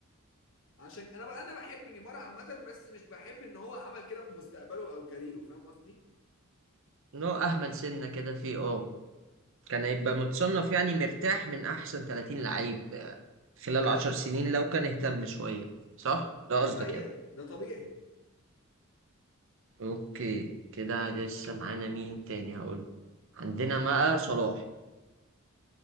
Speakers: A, on the left; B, on the right.
A: عشان انا بقى انا بحب نيمار عامة بس مش بحب ان هو عمل كده في مستقبله او كاريره فاهم قصدي؟
B: ان هو اهمل سنه كده فيه اه كان هيبقى متصنف يعني مرتاح من احسن 30 لعيب خلال 10 سنين لو كان اهتم شويه صح ده
A: دي
B: قصدك
A: حقيقة
B: يعني
A: ده طبيعي
B: اوكي كده لسه معانا مين تاني هقول عندنا بقى صلاح